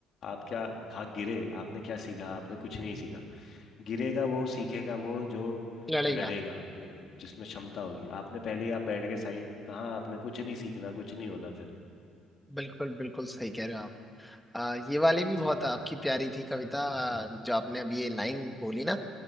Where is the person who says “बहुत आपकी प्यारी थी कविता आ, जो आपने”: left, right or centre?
Centre